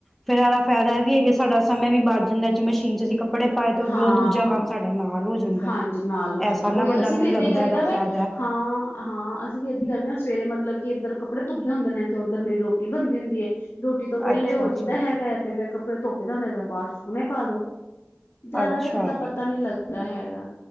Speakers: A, in the centre; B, on the left (about 70°).
A: ਫੇਿਰ, ਇਹਦਾ ਫਾਇਦਾ ਇਹ ਵੀ ਹੈ, ਕਿ ਸਾਡਾ ਸਮੇਂ ਵੀ ਬਚ ਜਾਂਦਾ ਚ ਮਸ਼ੀਨ ਚ ਅਸੀਂੱ। ਕੱਪੜੇ ਪਾਏ ਤੇ
B: ਹਾਂ।
A: ਦੂਜਾ ਕੰਮ ਸਾਡੇ ਨਾਲ ਹੋ ਜਾਂਦਾ,
B: ਹਾਂਜੀ ਨਾਲ ਹੋ
A: ਐ
B: ਜਾਂਦਾ
A: ਸਾਰੇ
B: ਉਹੀ
A: ਨਾਲ ਵੱਡਾ
B: ਅਸੀਂ
A: ਮੈਨੂੰ
B: ਵੀ ਏਦਾਂ
A: ਲੱਗਦਾ
B: ਹੀ ਕਰੀਦਾ
A: ਇਹਦਾ
B: ਵੈ
A: ਫਾਇਦਾ।
B: ਹਾਂ, ਹਾਂ, ਅਸੀਂ ਵੀ ਇਏਦਦੀ ਕਰਦੇ ਹਾਂ ਸਵੇਰੇ ਮਤਲਬ, ਕਿ ਇੱਧਰ ਕੱਪੜੇ ਧੁਪਦੇ ਹੁੰਦੇ ਨੇ, ਤੇ ਉੱਧਰ ਮੇਰੀ ਰੋਟੀ ਬਣਦੀ ਹੁੰਦੀ ਹੈ। ਰੋਟੀ ਤੋਂ ਵਹਲੇ
A: ਅੱਛਾ
B: ਹੋ
A: ਅੱਛਾ
B: ਜਿਦਾ ਹੈਗਾ, ਤੇ ਫੇਰ ਕੱਪੜੇ ਧੁੱਪ ਜਾਂਦੇ ਤਾਂ ਬਾਹਰ ਸੁੱਕਣੇ ਪਾ ਦੋ। ਜ਼ਿਆਦਾ
A: ਅੱਛਾ
B: ਫੇਰ ਏਦਾਂ ਪਤਾ ਨਹੀਂ ਲੱਗਦਾ ਹੈਗਾ।